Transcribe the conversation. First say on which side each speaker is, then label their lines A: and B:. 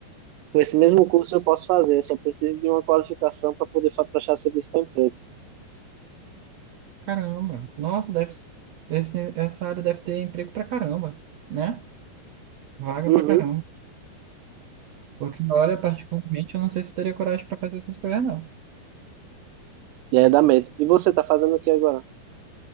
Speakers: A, on the right; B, on the right.
A: Com esse mesmo curso eu posso fazer, eu só preciso de uma qualificação para poder fa- prestar serviço para a empresa.
B: caramba. Nossa, deve. Esse, essa área deve ter emprego pra caramba, né? Vaga
A: Uhum.
B: pra caramba. Porque na hora, particularmente, eu não sei se teria coragem para fazer essas coisas, não.
A: E aí dá medo. E você está fazendo o que agora?